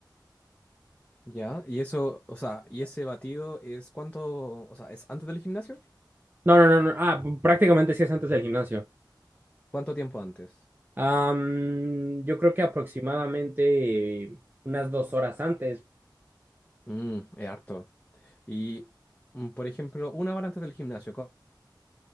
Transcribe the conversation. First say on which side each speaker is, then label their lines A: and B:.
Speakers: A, on the left; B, on the right.
A: Ya. Y eso, o sea, y ese batido es cuánto, o sea, ¿es antes del gimnasio?
B: No, no, no, no. Ah, prácticamente sí es antes del gimnasio.
A: ¿Cuánto tiempo antes?
B: Am, yo creo que aproximadamente unas dos horas antes,
A: Mm, es harto. Y, mm, por ejemplo, una hora antes del gimnasio. co-